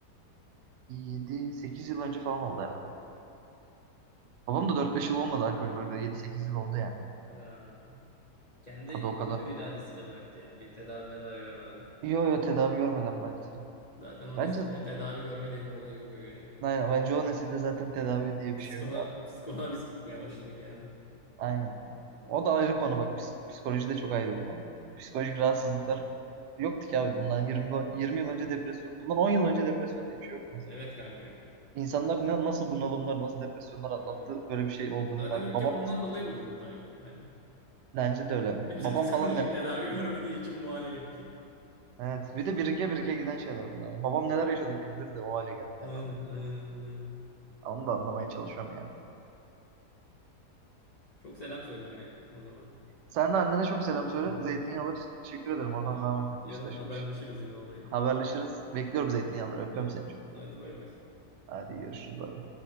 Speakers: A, on the right (about 80°); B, on the left (about 65°).
A: yedi sekiz yıl önce falan oldu herhalde. Babam da dört beş yıl olmadı alkol bırakalı. Yedi sekiz yıl oldu yani.
B: Ha. Kendi
A: Tabii o kadar
B: hür iradesiyle bıraktı yani. Bir tedavi medavi görmeden.
A: Yo yo tedavi görmeden baktı.
B: Zaten o
A: Bence
B: nesilde tedavi görme diye bir olay yok. aga ya.
A: aynen, bence o nesilde zaten tedavi diye bir
B: Psikoloğa,
A: şey yok abi.
B: psikoloğa biz gitmeye başladık yani.
A: Aynen. O da ayrı konu bak. Pis- Psikoloji de çok ayrı bir konu. Psikolojik rahatsızlıklar yoktu ki abi. Bundan 20, yıl- 20 yıl önce depresyon. Bundan 10 yıl önce depresyon diye bir şey yoktu mesela.
B: Evet kanka.
A: İnsanlar ne, nasıl bunalımlar, nasıl depresyonlar atlattı
B: Hmm.
A: böyle bir şey olduğunu
B: Zaten
A: fark.
B: ülke
A: Babam
B: bundan
A: mesela
B: dolayı bu durumda aga, bence.
A: bence de öyle.
B: Kimse
A: Babam
B: psikolojik
A: falan ne?
B: tedavi görmediği için bu hale geldi.
A: Evet. Bir de birike birike giden şeyler bunlar. Babam neler yaşadı kim bilir de o hale
B: <laughs>
A: geldi.
B: Aynen,
A: Yani.
B: aynen, aynen.
A: Onu da anlamaya çalışıyorum yani.
B: Çok selam söyle aga, o zaman.
A: Sen de annene çok selam söyle.
B: Tamam,
A: Zeytinyağları için teşekkür ederim. Oradan
B: tamam.
A: zahmet
B: Yarın
A: etmiş taşımış.
B: haberleşiriz yine olayı.
A: Haberleşiriz. Bekliyorum zeytinyağları. Öpüyorum
B: Tamam.
A: seni çok.
B: Hadi bay bay.
A: Hadi görüşürüz. Bay bay.